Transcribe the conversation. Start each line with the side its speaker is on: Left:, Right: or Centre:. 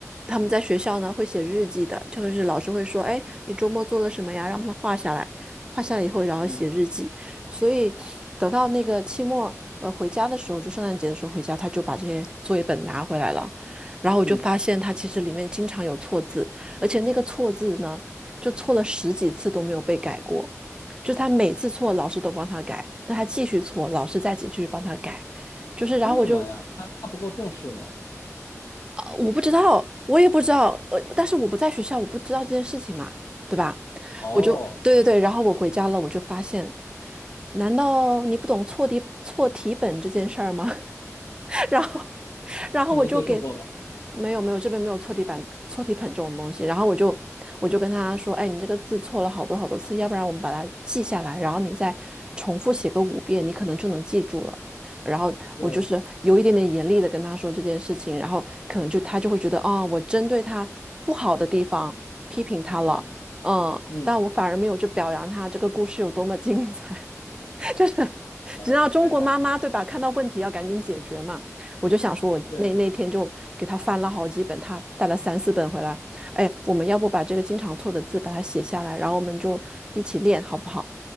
Right: 他们在学校呢会写日记的，
Left: 嗯
Right: 就是老师会说，哎，你周末做了什么呀？让他画下来，画下来以后然后写日记，
Left: 嗯
Right: 所以等到那个期末呃回家的时候，就圣诞节的时候回家，他就把这些作业本拿回来了，然后我就发现他其实里面经常有错字，
Left: 嗯，
Right: 而且那个错字呢，就错了十几次都没有被改过。就他每次错，老师都帮他改，那他继续错，老师再继续帮他改，就是然后我就
Left: 为什么呀？他他不够重视吗？
Right: 啊，我不知道，我也不知道，呃，但是我不在学校，我不知道这件事情嘛，对吧？
Left: 哦，
Right: 我就对对对，然后我回家了，我就发现，难道你不懂错题错题本这件事儿吗？<laughs> 然后，然后我就给他，
Left: 他没接受过吗？
Right: 没有没有，这边没有错题板、错题本这种东西。然后我就我就跟他说，哎，你这个字错了好多好多次，要不然我们把它记下来，然后你再重复写个五遍，你可能就能记住了。然后我就是有一点点严厉的跟他说这件事情，
Left: 对，
Right: 然后可能就他就会觉得，
Left: 嗯
Right: 啊、我针对他不好的地方批评他了，
Left: 嗯
Right: 嗯，
Left: 嗯，
Right: 但我反而没有去表扬他这个故事有多么精彩。就是只要中国妈妈对吧，
Left: 我的天哪，
Right: 看到问题要赶紧解决嘛。我就想说，我那那天就给他翻了好几本，
Left: 对，
Right: 他带了三四本回来。哎，我们要不把这个经常错的字把它写下来，然后我们就一起练，好不好？